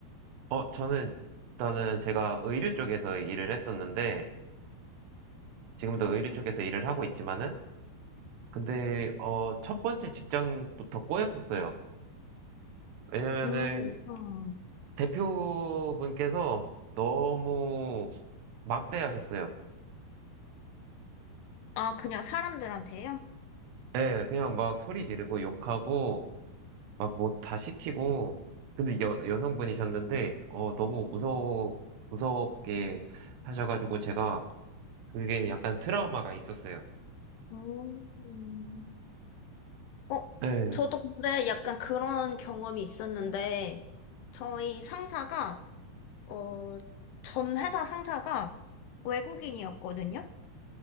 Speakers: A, on the right; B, on the left.
A: 어, 저는, 일단은 제가 의류 쪽에서 일을 했었는데, 지금도 의류 쪽에서 일을 하고 있지만은, 근데, 어, 첫 번째 직장부터 꼬였었어요. 왜냐면은,
B: 음, 음.
A: 대표분께서 너무 막대하셨어요.
B: 아, 그냥 사람들한테요?
A: 예, 그냥 막 소리 지르고 욕하고, 막 뭐 다 시키고, 근데 여, 여성분이셨는데, 어, 너무 무서워, 무섭게 하셔가지고 제가 그게 약간 트라우마가 있었어요.
B: 음. 어,
A: 네.
B: 저도 근데 약간 그런 경험이 있었는데, 저희 상사가, 어, 전 회사 상사가 외국인이었거든요?